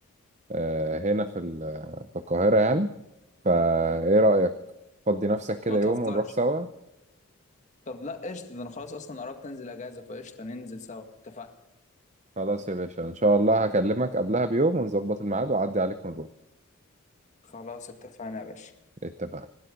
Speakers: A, on the right (about 30°); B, on the left (about 35°).
A: آه، هنا في ال- في القاهرة يعني فايه رأيك فضي نفسك كده
B: ما
A: يوم
B: تهزرش
A: ونروح سوا
B: طب لا قشطة ده أنا خلاص أصلا قربت أنزل أجازة فقشطة ننزل سوا اتفقنا
A: خلاص يا باشا ان شاء الله هكلمك قبلها بيوم ونظبط الميعاد واعدي عليك ونروح
B: خلاص اتفقنا يا باشا
A: اتفقنا